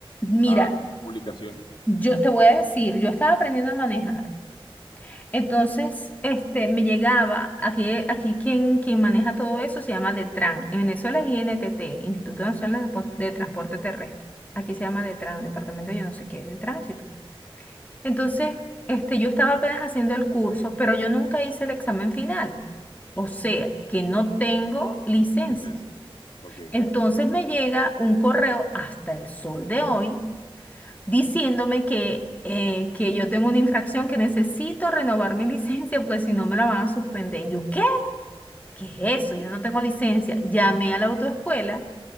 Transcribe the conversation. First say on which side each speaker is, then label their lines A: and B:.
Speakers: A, on the left; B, on the left.
A: Mira,
B: ¿A publicaciones?
A: yo te voy a decir, yo estaba aprendiendo a manejar. Entonces, este, me llegaba, aquí, aquí quien, quien maneja todo eso se llama DETRAN. En Venezuela es INTT, Instituto Nacional de Transpor- de Transporte Terrestre. Aquí se llama DETRAN, Departamento yo no sé qué, de Tránsito. Entonces, este, yo estaba apenas haciendo el curso, pero yo nunca hice el examen final. O sea, que no tengo licencia.
B: Licencias. Ok.
A: Entonces me llega un correo hasta el sol de hoy diciéndome que, eh, que yo tengo una infracción, que necesito renovar mi <laughs> licencia porque si no me la van a suspender. Y yo, ¿qué? ¿Qué es eso? Yo no tengo licencia. Llamé a la autoescuela